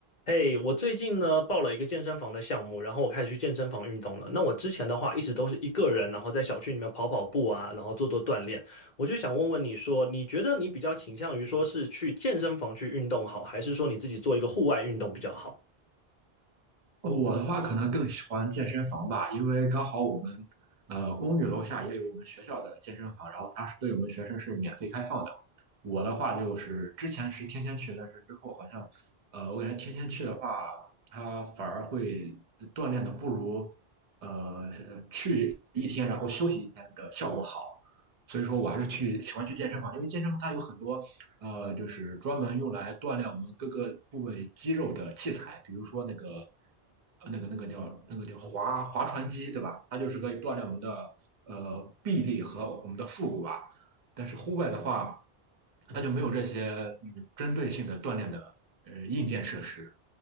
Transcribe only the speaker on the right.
哦我的话可能更喜欢健身房吧，因为刚好我们呃公寓楼下也有我们学校的健身房，然后它是对我们学生是免费开放的。我的话就是之前是天天去，但是之后好像呃我感觉天天去的话，它反而会锻炼的不如呃去一天然后休息一天的效果好。所以说我还是去喜欢去健身房，因为健身房它有很多呃，就是专门用来锻炼我们各个部位肌肉的器材，比如说那个呃那个那个叫那个叫划划船机，对吧？它就是可以锻炼我们的呃臂力和我们的腹股吧。但是户外的话，它就没有这些嗯针对性的锻炼的呃硬件设施。